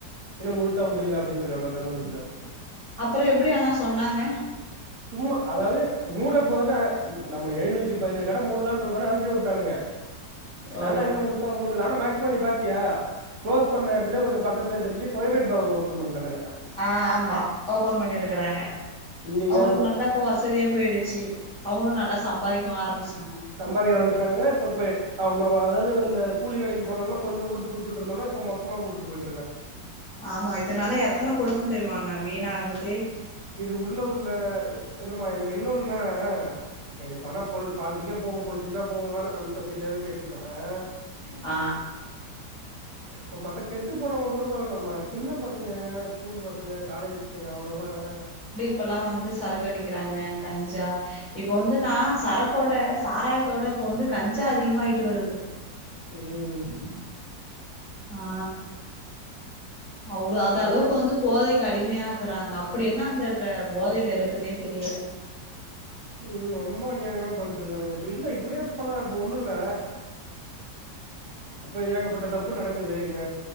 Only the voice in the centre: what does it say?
அப்பறம் எப்டி ஆனா சொன்னாங்க
ஓ
ஆ ஆமா ஓபன் பண்ணிருக்கறாங்க
அவுங்களுக்கு
நல்லா இப்ப வசதியா போய்டுச்சு அவங்களும் நல்லா சம்பாதிக்கவும் ஆரம்பிச்சிடாங்க
ஆமா இதுனால எத்தன குடும்பம் தெரியுமான்னா வீணாகுது
ஆ
இப்பல்லாம் வந்து சரக்கு அடிக்கிறாங்க கஞ்சா இப்ப வந்து நா சரக்கோட சாராயத்தோட இப்ப வந்து கஞ்சா அதிகமாய்ட்டு வருது
ஆ அவ்ள அது
அளவுக்கு வந்து போதைக்கு அடிமையாகறாங்க அப்டி என்னா அந்த ட் ர போதையில இருக்குன்னே தெரியல